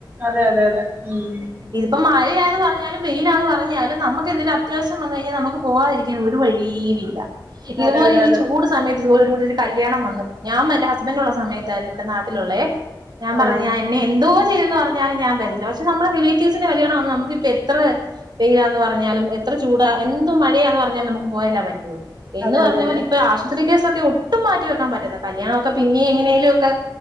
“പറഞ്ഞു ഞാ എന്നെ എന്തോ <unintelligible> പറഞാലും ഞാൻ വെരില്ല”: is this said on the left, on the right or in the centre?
Right